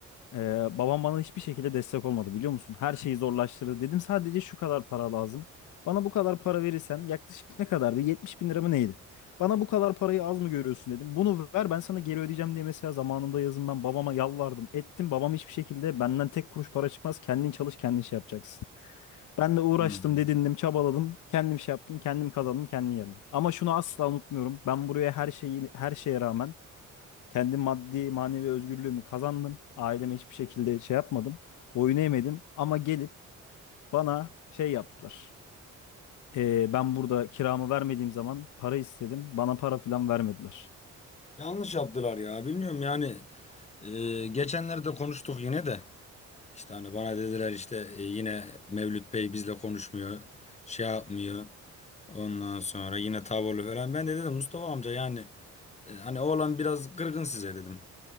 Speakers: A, on the left; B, on the left.
A: Ee, babam bana hiçbir şekilde destek olmadı biliyor musun? Her şeyi zorlaştırdı. Dedim sadece şu kadar para lazım. Bana bu kadar para verirsen yaklaşık ne kadardı? 70 bin lira mı neydi? Bana bu kadar parayı az mı görüyorsun dedim. Bunu ver ben sana geri ödeyeceğim diye mesela zamanında yazın ben babama yalvardım. Ettim babam hiçbir şekilde benden tek kuruş para çıkmaz. Kendin çalış kendin şey yapacaksın. Ben de uğraştım
B: Hmm.
A: dedindim çabaladım. Kendim şey yaptım kendim kazandım kendim geldim. Ama şunu asla unutmuyorum. Ben buraya her şeyi her şeye rağmen kendi maddi manevi özgürlüğümü kazandım. Aileme hiçbir şekilde şey yapmadım. Boyun eğmedim ama gelip bana şey yaptılar. Ee, ben burada kiramı vermediğim zaman para istedim. Bana para falan vermediler.
B: Yanlış yaptılar ya. Bilmiyorum yani. e, geçenlerde konuştuk yine de. İşte hani bana dediler işte e, yine Mevlüt Bey bizle konuşmuyor. Şey yapmıyor. Ondan sonra yine tavırlı falan. Ben de dedim Mustafa amca yani e, hani oğlan biraz kırgın size dedim.